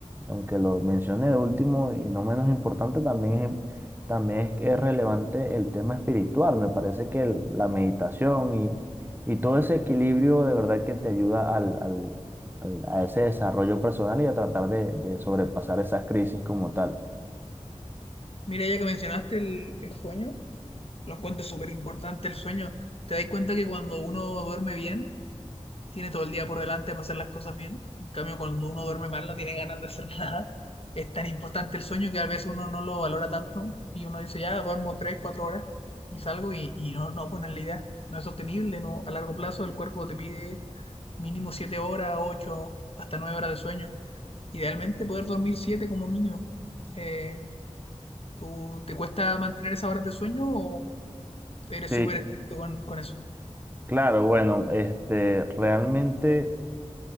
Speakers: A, on the right; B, on the left.
A: aunque lo mencioné de último y no menos importante, también también es que es relevante el tema espiritual. Me parece que el- la meditación y, y todo ese equilibrio de verdad que te ayuda al, al- al- a ese desarrollo personal y a tratar de, de sobrepasar esas crisis como tal.
B: Mira, ya que mencionaste el, el sueño, lo encuentro súper importante el sueño. Te das cuenta que cuando uno duerme bien, tiene todo el día por delante para hacer las cosas bien. En cambio, cuando uno duerme mal, no tiene ganas de hacer <laughs> nada. Es tan importante el sueño que a veces uno no lo valora tanto y uno dice, ya, duermo tres, cuatro horas y salgo y, y no, no pones la idea. No es sostenible, no, a largo plazo el cuerpo te pide mínimo 7 horas, 8 hasta 9 horas de sueño. Idealmente poder dormir 7 como mínimo. Eh, ¿tú te cuesta mantener esas horas de sueño o eres
A: Sí,
B: súper estricto con, con eso?
A: claro, bueno, este, realmente.